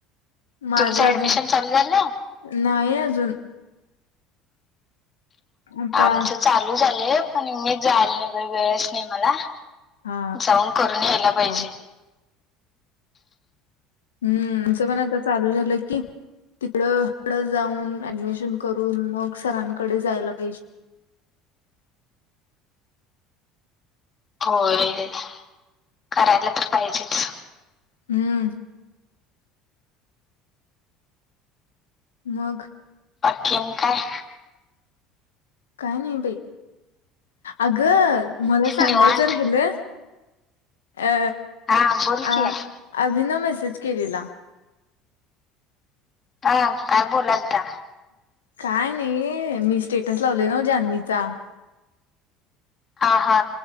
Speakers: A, on the left (about 75°); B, on the left (about 30°).
A: माझा
B: तुमचं ऍडमिशन
A: अजून
B: चालू झालं
A: नाही अजून आता
B: आमचं चालू झालं आणि मी जायला नाही वेळच नाही मला
A: हा
B: जाऊन करून यायला पाहिजे.
A: हा हम्म अस पन आता चालू झालं कि तिकडं तिकडं जाऊन ऍडमिशन करून मग सरांकडे जायला पाहिजे.
B: होय करायला तर पाहिजेच.
A: हम्म. मग
B: आणखीन काय
A: काय नाही बाई अग तर मला सांगायचं
B: निवांत
A: राहिलं. अ
B: हा बोल
A: अ
B: की
A: अभिनव मेसेज कच केलेला.
B: हा. आ बोलाल का
A: काय नाही मी स्टेटस लावले ना जान्हवीचा
B: हा हा.